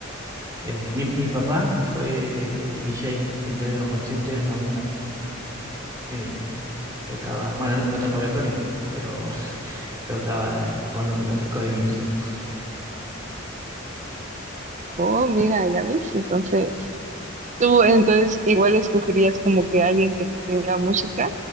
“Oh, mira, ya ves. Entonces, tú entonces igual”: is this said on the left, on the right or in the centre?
Right